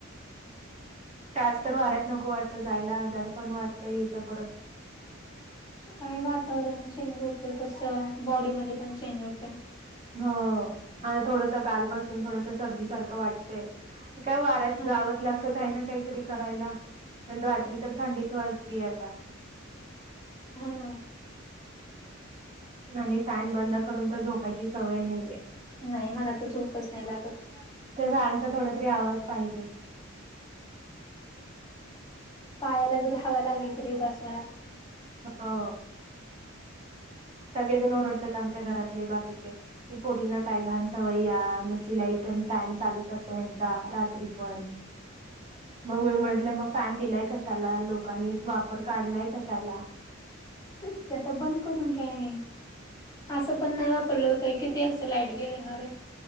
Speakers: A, on the right (about 30°); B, on the left (about 20°).
A: तास तर वाऱ्यात नको वाटतं जायला हजार पण वाटतं इथं परत.
B: काय वातावरण चेंज होते तस बॉडीमध्ये पण चेंज होतय.
A: हो आणि थोडस कालपासून थोडस सर्दी सारखं वाटतंय. का वाऱ्यात
B: हा
A: जाव लागत काही ना काहीतरी करायला आणि रात्री तर थंडीच वाजतीय आता.
B: हा ना.
A: आणि फॅन बंद करून तर झोपायची सवय नाहीये.
B: नाही मला तर झोपच नाही लागत.
A: तर फॅनचा थोडा तरी आवाज पाहिजेच.
B: पायाला जरी हवा लागली तरी बास मला.
A: हा. सगळे जण ओरडतात आमच्या घरातले बाकीचे कि पोरीन काय घाण सवय्या नुस लाई पण फॅन चालूच असतो हेंचा रात्री पण. मग मी म्हंटलंय मग फॅन दिलाय कशाला लोकांनी वापर काढलाय कशाला.
B: तेच की आता बंद करून काय आहे. असं पण नाही वापरलं काही किती असं लाईट बिल येणार आहे.